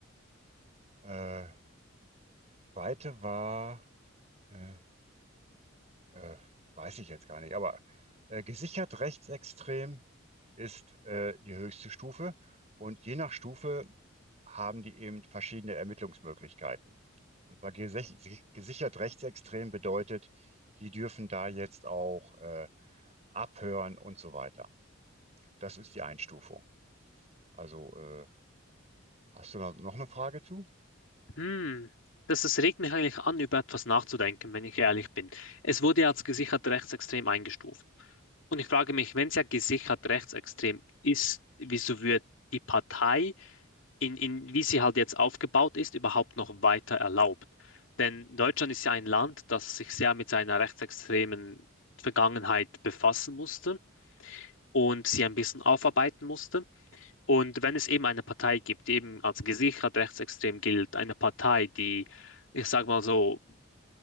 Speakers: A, on the right; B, on the left.
A: Äh, zweite war, äh, äh, weiß ich jetzt gar nicht, aber äh, gesichert rechtsextrem ist äh, die höchste Stufe. Und je nach Stufe haben die eben verschiedene Ermittlungsmöglichkeiten. Und bei gesech- gesichert rechtsextrem bedeutet, die dürfen da jetzt auch äh, Abhören und so weiter. Das ist die Einstufung. Also, äh, hast du noch noch eine Frage zu?
B: Hm, das, das regt mich eigentlich an, über etwas nachzudenken, wenn ich ehrlich bin. Es wurde ja als gesichert rechtsextrem eingestuft. Und ich frage mich, wenn es ja gesichert rechtsextrem ist, wieso wird die Partei, in, in, wie sie halt jetzt aufgebaut ist, überhaupt noch weiter erlaubt? Denn Deutschland ist ja ein Land, das sich sehr mit seiner rechtsextremen Vergangenheit befassen musste und sie ein bisschen aufarbeiten musste. Und wenn es eben eine Partei gibt, die eben als gesichert rechtsextrem gilt, eine Partei, die, ich sage mal so,